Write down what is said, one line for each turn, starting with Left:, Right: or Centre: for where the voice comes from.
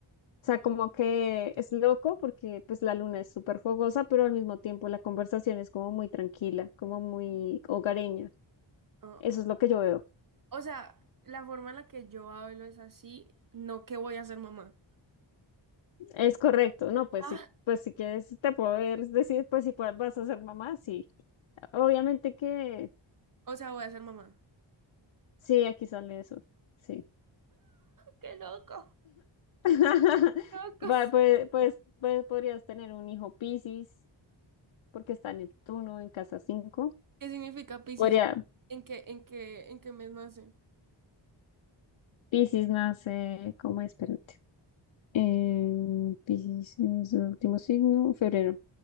Left: O sea, como que es loco porque pues la luna es súper fogosa, pero al mismo tiempo la conversación es como muy tranquila, como muy hogareña.
Right: Oh,
Left: Eso es lo que yo veo.
Right: O sea, la forma en la que yo hablo es así, no que voy a ser mamá.
Left: Es correcto, ¿no? Pues
Right: Ah,
Left: sí, pues si quieres te puedo ver- decir, pues si puedes- vas a ser mamá, sí. Obviamente que
Right: o sea, voy a ser mamá.
Left: sí, aquí sale eso, sí.
Right: ¡Qué loco!
Left: <laughs>
Right: ¡Locos!
Left: Va, pues, pues, pues podrías tener un hijo Piscis, porque está Neptuno en casa 5.
Right: ¿Qué significa Piscis?
Left: Podría,
Right: ¿En qué, en qué, en qué mes nace?
Left: Piscis nace, ¿cómo es? Espérate. Eh, Piscis es el último signo, febrero.